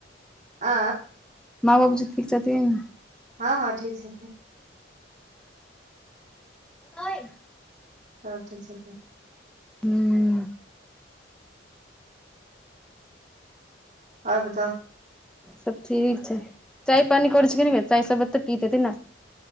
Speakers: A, on the right (about 40°); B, in the centre.
A: आ
B: माँ बाबू जी ठीक छथिन
A: हँ हँ ठीक छथिन
B: नहि <unintelligible>
A: सब ठीक छथिन
B: हूंम्म
A: और बताओ
B: सब ठीक छै चाय पानी कर छै कि नेै चाय सरबते पीयैत हेती ने